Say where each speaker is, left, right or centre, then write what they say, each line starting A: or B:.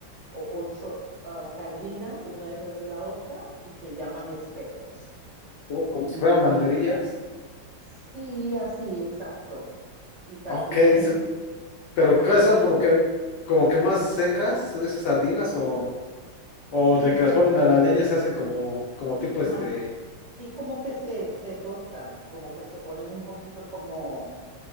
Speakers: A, on the right (about 45°); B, on the left (about 70°).
A: o ocho ah, sardinas, una detrás de la otra, y se llaman espetos.
B: <laughs> como
A: Y
B: como si fueran banderillas.
A: tam- Sí, así, exacto. Y también,
B: Ok, so- pero
A: ajá,
B: ¿cuáles son
A: dime.
B: como que, como que más secas de esas sardinas o, o
A: Sí,
B: de que
A: sí,
B: las ponen a la leña se hacen como, como tipo
A: más,
B: este,
A: sí, como que se, se tostan, como que se ponen un poquito como,